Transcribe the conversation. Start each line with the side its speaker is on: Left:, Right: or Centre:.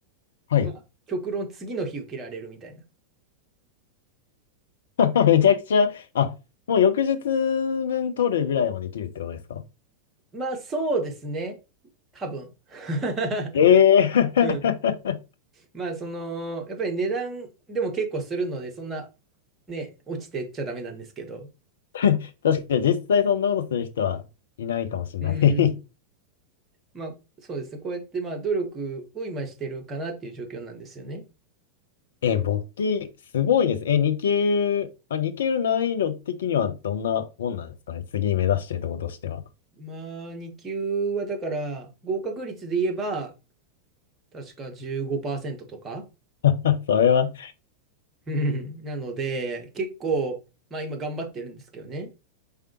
Left: はい。
Right: まあ、極論次の日受けられるみたいな。
Left: <laughs> めちゃくちゃ、あ、もう翌日分取るぐらいまでできるってことですか
Right: まあ、そうですね。多分。<laughs>
Left: ええー
Right: うん。まあ、その、やっぱり値段でも結構するので、そんな、ね、落ちてっちゃダメなんですけど。
Left: <laughs> 確かに実際そんなことする人はいないかもしれない
Right: うん。まあ、そうですね。こうやって、まあ、努力を今してるかなっていう状況なんですよね。
Left: え、簿記、すごいです。え、2級、あ、2級難易度的にはどんなもんなんですかね。次目指してるところとしては。
Right: まあ、2級はだから、合格率で言えば、確か15%とか。
Left: <laughs> それは、
Right: <laughs> うんなので、結構、まあ今頑張ってるんですけどね。